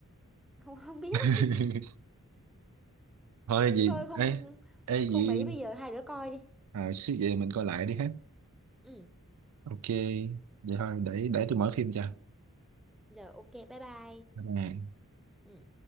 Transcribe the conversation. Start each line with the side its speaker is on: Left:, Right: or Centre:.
Centre: <laughs> không không biết
Right: <laughs> thôi gì
Centre: thôi không
Right: ê ê gì
Centre: không mấy bây giờ hai đứa coi đi
Right: à, suy về mình coi lại đi hết
Centre: ừ
Right: ok vậy thôi để
Centre: Ừ.
Right: để tôi mở phim cho
Centre: giờ ok bye bye
Right: à.
Centre: Ừ.